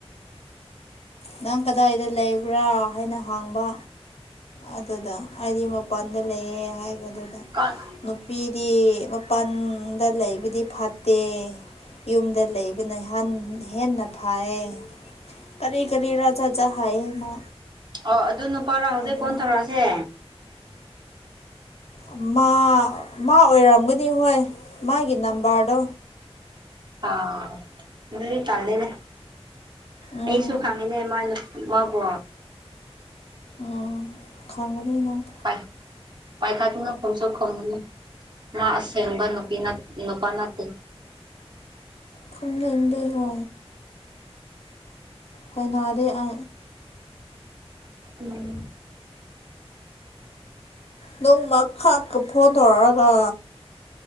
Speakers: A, on the left (about 75°); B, on the right (about 45°).
A: ꯅꯪ ꯀꯗꯥꯏꯗ ꯂꯩꯕ꯭ꯔꯥ ꯍꯥꯏꯅ ꯍꯥꯡꯕ꯫ ꯑꯗꯨꯗ ꯑꯩꯗꯤ ꯃꯄꯥꯟꯗ ꯂꯩꯌꯦ ꯍꯥꯏꯕ ꯗꯨꯗ꯫
B: ꯀꯟ
A: ꯅꯨꯄꯤꯗꯤ ꯃꯄꯥꯟꯗ ꯂꯩꯕꯗꯤ ꯐꯠꯇꯦ꯫ ꯌꯨꯝꯗ ꯂꯩꯕꯅ ꯍꯥꯟ ꯍꯦꯟꯅ ꯐꯩꯌꯦ꯫ ꯀꯔꯤ ꯀꯔꯤꯔ ꯖꯥꯠ-ꯖꯥꯠ ꯍꯥꯏꯌꯦ ꯃꯥ꯫
B: ꯑꯣ ꯑꯗꯨ ꯅꯨꯄꯥꯔ ꯍꯧꯖꯤꯛ
A: ꯑꯗꯨ
B: ꯐꯣꯟ ꯊꯧꯔꯛꯑꯁꯦ꯫
A: ꯑꯃꯥ ꯃꯥ ꯑꯣꯏꯔꯝꯒꯅꯤ ꯍꯣꯏ ꯃꯥꯒꯤ ꯅꯝꯕꯔꯗꯣ꯫
B: ꯑꯥ ꯗꯨꯗꯤ ꯇꯜꯂꯦꯅꯦ꯫
A: ꯎꯝ
B: ꯑꯩꯁꯨꯨꯡ ꯈꯪꯉꯦꯅꯦ ꯃꯥꯅꯨꯞ ꯃꯥꯕꯨ
A: ꯎ ꯈꯪꯒꯅꯤꯅꯪ
B: ꯄꯥꯏ ꯄꯥꯏꯈꯇꯅ ꯈꯣꯡꯁꯨ ꯈꯣꯡꯉꯅꯤ ꯃꯥ ꯑꯁꯦꯡꯕ ꯅꯨꯄꯤ ꯅꯠ ꯅꯨꯄꯥ ꯅꯠꯇꯦ
A: ꯈꯨꯝꯅꯤꯡꯗꯦꯕꯣ ꯀꯩꯅꯣꯗꯤ ꯑ
B: ꯎꯝ
A: ꯅꯣꯡꯃ ꯈꯛ ꯀ ꯐꯣꯟ ꯇꯧꯔꯛꯑꯒ